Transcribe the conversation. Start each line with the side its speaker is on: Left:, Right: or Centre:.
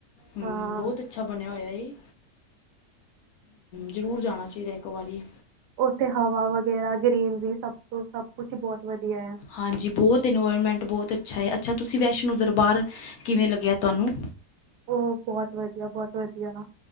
Left: ਹੂੰ,
Right: ਹਾਂ
Left: ਬੋਤ ਅੱਛਾ ਬਣੇਆ ਹੋਏਆ ਏ, ਜਰੂਰ ਜਾਣਾ ਚਾਈਦਾ ਇੱਕ ਵਾਰੀ।
Right: ਓਥੇ ਹਵਾ ਵਗੈਰਾ ਗ੍ਰਰੀਨਰੀ ਸਬ ਤੋਂ ਸਬ ਕੁੱਛ ਬੋਤ ਵਦੀਐ।
Left: ਹਾਂਜੀ ਬੋਤ ਇਨਵਾਏਰਮੈਂਟ ਬੋਤ ਅੱਛਾ ਏ, ਅੱਛਾ ਤੂਸੀ ਵੈਸ਼ਨੋ ਦਰਬਾਰ ਕਿਵੇਂ ਲੱਗੇਆ ਤੂਆਨੂੰ?
Right: ਉ ਬੋਹਤ ਵਦੀਆ, ਬੋਤ ਵਦੀਆ।